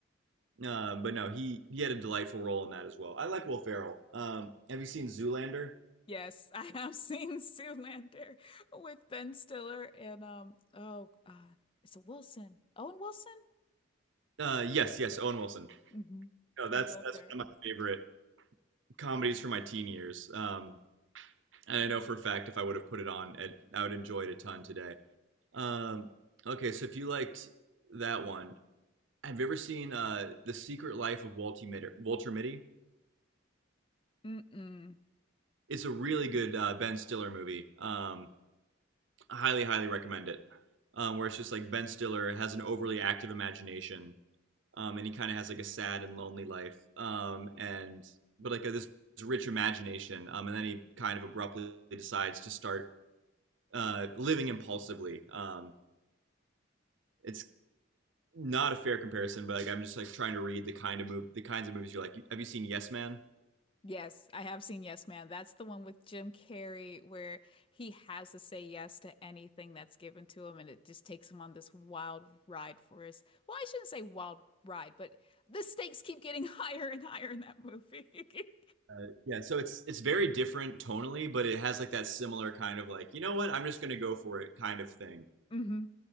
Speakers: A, on the right; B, on the left.
A: Um, but no, he he had a delightful role in that as well. I like Will Ferrell. Um, have you seen Zoolander?
B: Yes, <laughs> I have seen <laughs> Zoolander with Ben Stiller and um oh uh it's a Wilson. Owen Wilson?
A: Uh, yes, yes, Owen Wilson.
B: hmm
A: No, that's
B: And Will
A: that's
B: Ferrell.
A: one of my favorite comedies from my teen years. Um, and I know for a fact if I would have put it on, it, I would enjoy it a ton today. Um, okay, so if you liked that one, have you ever seen uh, The Secret Life of Walter Mitty? Walter Mitty?
B: Mm-mm.
A: It's a really good uh, Ben Stiller movie. Um, I highly, highly recommend it. Um, where it's just like Ben Stiller has an overly active imagination, um, and he kind of has like a sad and lonely life, um, and but like a, this rich imagination, um, and then he kind of abruptly decides to start uh, living impulsively, um, it's not a fair comparison, but like I'm just like trying to read the kind of move, the kinds of movies you're like. Have you seen Yes Man?
B: Yes, I have seen Yes Man. That's the one with Jim Carrey where he has to say yes to anything that's given to him and it just takes him on this wild ride for his, well, I shouldn't say wild ride, but the stakes keep getting <laughs> higher and higher in that movie.
A: Uh, yeah, so it's it's very different tonally, but it has like that similar kind of like you know what I'm just gonna go for it kind of thing.
B: <laughs> hmm